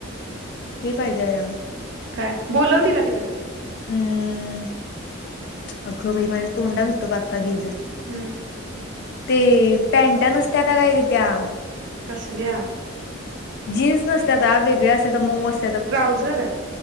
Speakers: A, on the left; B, on the right.
A: हे पाहिजे या
B: काय, बोलव तीला तिकडं.
A: हम्म, आग बाई माझ्या तोंडात होतं आता गेलं.
B: हम्
A: ते पॅनटा नसत्याता काय ग? त्या
B: कसल्या?
A: जीन्स नसत्याता, वेगळ्या असत्याता, मऊ अस
B: ट्राउजर?